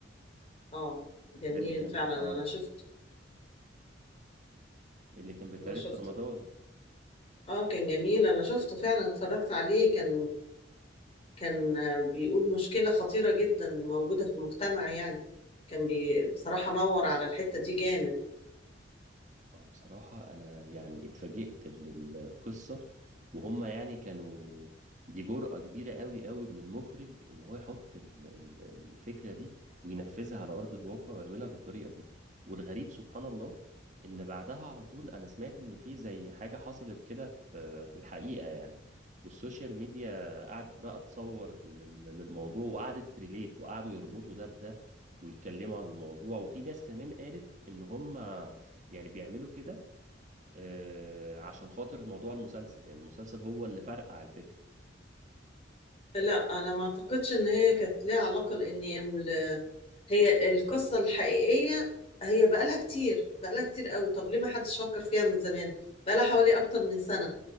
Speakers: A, on the left (about 30°); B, on the right (about 40°).
A: اه جميل
B: ده اللي كان
A: فعلا
B: اه
A: انا شفت
B: اللي كان بيتعرض
A: انا شفته
B: في رمضان
A: اه كان جميل انا شفته فعلا اتفرجت عليه كان كان بيقول مشكلة خطيرة جدا موجودة في المجتمع يعني كان بي بصراحة نور على الحتة دي جامد
B: اه بصراحة أنا يعني اتفاجئت من القصة وهما يعني كانوا دي جرأة كبيرة قوي قوي من المخرج إن هو يحط ال- ال- الفكرة دي وينفذها على أرض الواقع ويعملها بالطريقة دي والغريب سبحان الله إن بعدها على طول أنا سمعت إن في زي حاجة حصلت كده في في الحقيقة يعني والسوشيال ميديا قعدت بقى تصور لل- للموضوع وقعدت تريليت وقعدوا يربطوا ده بده ويتكلموا عن الموضوع وفي ناس كمان قالت إن هما يعني بيعملوا كده آه، عشان خاطر موضوع المسلسل يعني المسلسل هو اللي فرقع الفكرة
A: لا أنا ما أعتقدش إن هي كانت ليها علاقة لأن ال- هي القصة الحقيقية هي بقالها كتير بقالها كتير قوي طب ليه ما حدش فكر فيها من زمان بقالها حوالي أكتر من سنة